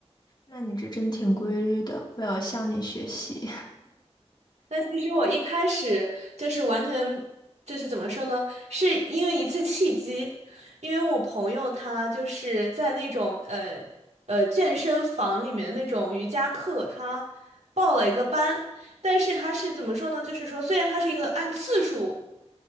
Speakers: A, on the left; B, on the right.
A: 那你这真挺规律的，我要向你学习。
B: 那其实我一开始就是完全就是怎么说呢？是因为一次契机，因为我朋友他就是在那种呃呃健身房里面的那种瑜伽课，他报了一个班，但是他是怎么说呢？就是说虽然他是一个按次数